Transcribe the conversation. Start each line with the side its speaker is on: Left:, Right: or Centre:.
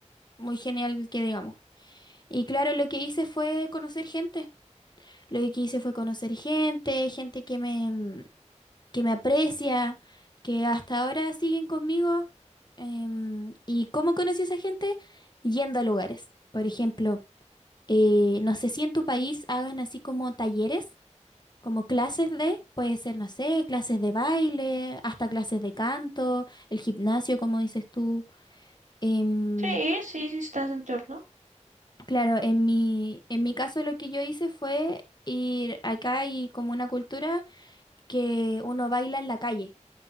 Left: muy genial que digamos. Y claro, lo que hice fue conocer gente. Lo que hice fue conocer gente, gente que me, mm, que me aprecia, que hasta ahora siguen conmigo. Em, ¿y cómo conocí a esa gente? Yendo a lugares. Por ejemplo, eh, no sé si en tu país hagan así como talleres, como clases de, puede ser, no sé, clases de baile, hasta clases de canto, el gimnasio, como dices tú. Em,
Right: Sí, sí, sí, estás en torno.
Left: Claro, en mi, en mi caso lo que yo hice fue ir acá hay como una cultura que uno baila en la calle.